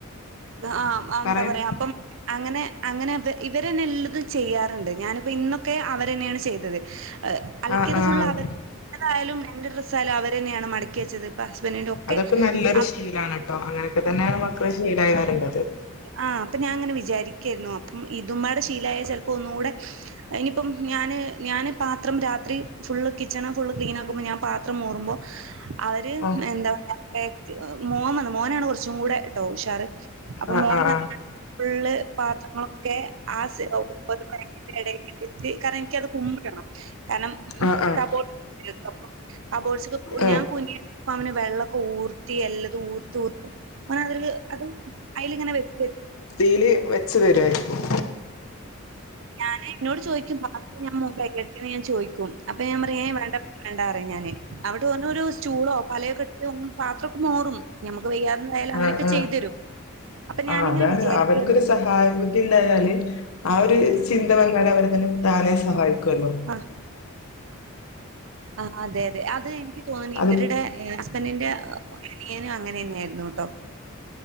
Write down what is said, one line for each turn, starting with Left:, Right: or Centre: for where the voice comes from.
Right: ആഹ് എന്താ
Left: പറയൂ
Right: പറയാ അപ്പം അങ്ങനെ അങ്ങനെ അവ ഇവരെന്നെ എല്ലതും ചെയ്യാറ്ണ്ട് ഞാനിപ്പോ ഇന്നൊക്കെ അവരെന്നെണ് ചെയ്തത് അലക്കിയത്
Left: ആ ആ
Right: ഫുള്ള് അവര്തായാലും എന്റെ ഡ്രസ്സ ആയാലും അവരെന്നെണ് മടക്കി വെച്ചത് ഹസ്ബന്റ്ന്റോക്കെ
Left: അതൊക്കെ നല്ലൊരു
Right: അ
Left: ശീലാണ് ട്ടോ അങ്ങനെക്കെ തന്നെണ് മക്കള് ശീലായി വര്ണ്ടത്
Right: ആഹ് അപ്പ ഞാൻ ഇങ്ങനെ വിചാരിക്കായിരുന്നു അപ്പം ഇതുമ്മാടെ ശീലയ ചെൽപ്പോ ഒന്നുകൂടെ ഇനിപ്പം ഞാന് ഞാന് പാത്രം രാത്രി ഫുള്ള് കിച്ചണ് ഫുള്ള് ക്ലീനാക്കുമ്പോ ഞാന് പാത്രം മോറുമ്പോ അവര്
Left: ആഹ്
Right: എന്താ പറ മോൻ വന്നു മോനാണ് കോർച്ചും കൂടെ ട്ടോ ഉഷാറ് അപ്പൊ
Left: ആഹ്
Right: മോന്
Left: ആഹ് ആഹ്
Right: ഫുള്ള് പാത്രങ്ങളൊക്കെ ആഹ് ഒരു റെക്കിന്റെ എടെക്ക് ഇട്ട് കാരണം എനിക്കത് കുമ്പ് ഇടണം കാരണം
Left: ആഹ് ആഹ്
Right: കബോർഡ <unintelligible> കബോർഡ്സ്
Left: ആഹ്
Right: ഞാൻ കുനിയണം പ്പൊ അവന് വെള്ളക്കെ ഊർത്തി എല്ലതും ഊത്ത് ഊത്ത് ഓന് അതൊര് അത് അയ്ല്ങ്ങനെ വെക്ക്
Left: തീല് വെച്ച് തെരു ആയിരിക്കും
Right: ഞാന് ഇന്നോട് ചോയ്ക്കും <unintelligible> അപ്പ ഞാൻ പറയും വേണ്ട വേണ്ട പറയും ഞാന് അവിടെ ഓന് ഒരു സ്റ്റുളോ പലയൊക്കെ <unintelligible> പാത്രക്കെ മോറും നമുക്ക് വെയ്യാതെ ന്തായാലും അങ്ങനെക്കെ
Left: ആഹ് ആഹ്
Right: ചെയ്ത് തേരും അപ്പൊ ഞാനിങ്ങനെ
Left: ആഹ് അതാണ്
Right: വിചാരിക്കും
Left: അവർക്കൊരു സഹായ ബുദ്ധി ഇണ്ടായാല് ആ ഒരു ചിന്ത വന്നാൽ അവര് താന്നെ താനെ സഹായിക്കുവല്ലോ
Right: ആഹ് ആഹ് അതെ അതെ അത് എനിക്ക് തോന്നണു
Left: അത്
Right: ഇവരുടെ ഏഹ് ഹസ്ബൻഡിന്റെ അനിയന് അങ്ങനെ തന്നെയായിരുന്നുട്ടോ